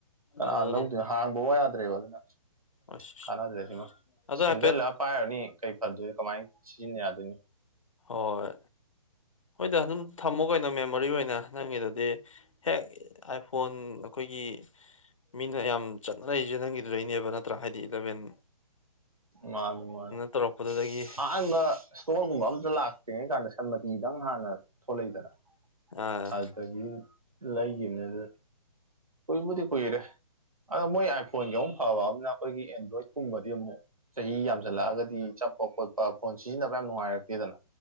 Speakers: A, on the right (about 80°); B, on the left (about 65°).
A: ꯀꯅꯥ
B: ꯎꯝ
A: ꯂꯧꯗꯣꯏꯅꯣ ꯍꯥꯡꯕ ꯕꯥꯑꯣ ꯌꯥꯗ꯭ꯔꯦꯕ ꯑꯗꯨꯅ
B: <unintelligible>
A: ꯀꯥꯟꯅꯗ꯭ꯔꯦ ꯁꯤꯃ ꯁꯦꯝꯖꯤꯜꯂ
B: ꯍꯥꯏꯐꯦꯠ
A: ꯄꯥꯏꯔꯨꯅꯤ ꯀꯩ ꯐꯗꯣꯏꯅꯣ ꯀꯃꯥꯏꯅ ꯁꯤꯖꯤꯟꯅ ꯌꯥꯗꯣꯏꯅꯤ
B: ꯍꯣꯏ ꯍꯣꯏꯗ ꯑꯗꯨꯝ ꯊꯝꯃꯣ ꯀꯩꯅꯣ ꯃꯦꯃꯣꯔꯤ ꯑꯣꯏꯅ ꯅꯪꯒꯤꯗꯗꯤ ꯍꯦꯛ ꯑꯥꯏꯐꯣꯟ ꯑꯩꯈꯣꯏꯒꯤ ꯃꯤꯅ ꯌꯥꯝ ꯆꯠꯅꯔꯛꯏꯁꯦ ꯅꯪꯒꯤꯗꯨꯗꯩꯅꯦꯕ ꯅꯠꯇ꯭ꯔꯥ ꯍꯥꯏꯗꯤ ꯏꯂꯕꯦꯟ
A: ꯃꯥꯅꯤ ꯃꯥꯅꯤ
B: ꯇꯧꯔꯛꯄꯗꯨꯗꯒꯤ
A: ꯑꯍꯟꯕ ꯏꯁꯇꯣꯔꯒꯨꯝꯕ ꯑꯝꯇ ꯂꯥꯛꯇ꯭ꯔꯤꯉꯩ ꯀꯥꯟꯗ ꯁꯟꯃꯇꯤꯗꯪ ꯍꯥꯟꯅ ꯊꯣꯛꯂꯛꯏꯗꯅ
B: ꯑꯥ
A: ꯑꯗꯨꯗꯒꯤ ꯂꯩꯈꯤꯕꯅꯦ ꯑꯗꯨ ꯀꯨꯏꯕꯨꯗꯤ ꯀꯨꯏꯔꯦ ꯑꯗꯣ ꯃꯣꯏ ꯑꯥꯏꯐꯣꯟꯒꯤ ꯑꯃꯨꯛ ꯐꯕ ꯑꯃꯅ ꯑꯩꯈꯣꯏꯒꯤ ꯑꯦꯟꯗ꯭ꯔꯣꯏꯗꯀꯨꯝꯕꯗꯤ ꯑꯃꯨꯛ ꯆꯍꯤ ꯌꯥꯝꯁꯜꯂꯛꯑꯒꯗꯤ ꯆꯠꯄ ꯈꯣꯠꯄ ꯐꯣꯟ ꯁꯤꯖꯤꯟꯅꯕ ꯌꯥꯝ ꯅꯨꯡꯉꯥꯏꯔꯛꯇꯦꯗꯅ